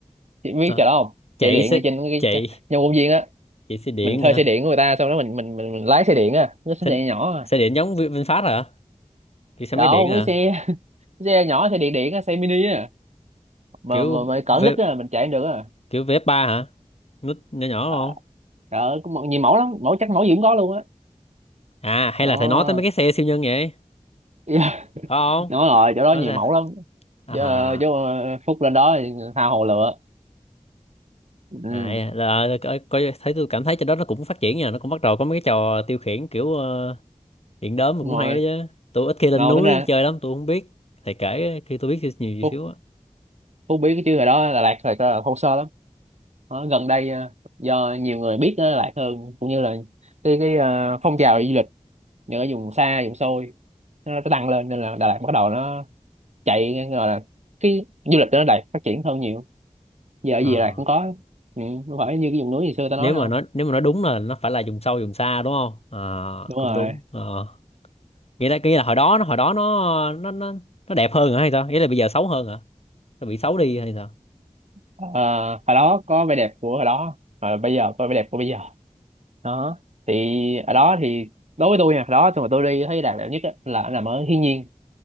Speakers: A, on the right; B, on the left.
A: chị biết
B: Hả?
A: trò đó không
B: Chạy
A: chạy điện
B: xe
A: ở trên cái
B: chạy
A: cái- nhà công viên á
B: chạy xe điện
A: mình thuê
B: hả?
A: xe điện của người ta xong đó mình mình mình, mình lái xe điện á nó xe
B: xe,
A: điện nhỏ à
B: xe điện giống Vi- VinFast hả kiểu xe
A: đâu
B: máy điện hả
A: cái xe xe nhỏ xe điện điện á xe mini á mà
B: kiểu
A: mà, mà
B: v,
A: cỡ nít á mình chạy không được á
B: kiểu VF3 hả nút nhỏ nhỏ
A: À,
B: đúng không
A: trời ơi có mẫu- nhiều mẫu lắm mẫu chắc mẫu gì cũng có luôn á
B: à hay
A: Ờ,
B: là thầy nói tới mấy cái xe siêu nhân vậy phải
A: <laughs> yeah.
B: không
A: đúng rồi chỗ đó
B: đó
A: nhiều
B: sao
A: mẫu lắm
B: à
A: chứ, ờ, chứ ờ, Phúc lên đó thì tha hồ lựa ừ,
B: à là, coi, coi thấy tôi cảm thấy trên đó nó cũng phát triển nha nó cũng bắt đầu có mấy cái trò tiêu khiển kiểu ờ, điện đóm mà
A: đúng
B: cũng
A: rồi
B: hay đó chứ tôi ít khi lên
A: lâu
B: núi
A: tính ra
B: chơi lắm tôi không biết thầy kể khi tôi biết nhiều gì
A: Phúc
B: xíu á
A: Phúc biết cái chứ hồi đó Đà Lạt thật là thô sơ lắm Ở gần đây ờ, do nhiều người biết Đà Lạt hơn cũng như là cái cái ờ, phong trào du lịch những ở vùng xa vùng xôi nó nó tăng lên nên là Đà Lạt bắt đầu nó chạy gọi là cái du lịch ở Đà Lạt phát triển hơn nhiều giờ ở
B: Ờ,
A: gì Đà Lạt cũng có ừ, không phải như cái vùng núi ngày xưa ta nói
B: nếu
A: đâu
B: mà nó nếu mà nó đúng là nó phải là vùng sâu vùng xa đúng không à
A: đúng rồi
B: cũng đúng Ờ. nghĩa là nghĩa là hồi đó nó hồi đó nó nó nó nó đẹp hơn hả hay sao nghĩa là bây giờ xấu hơn hả nó bị xấu đi hay sao
A: Ờ, hồi đó có vẻ đẹp của hồi đó và bây giờ có vẻ đẹp của bây giờ đó thì ở đó thì đối với tôi nha hồi đó tôi mà tôi đi thấy đẹp đẹp nhất á, là nằm ở thiên nhiên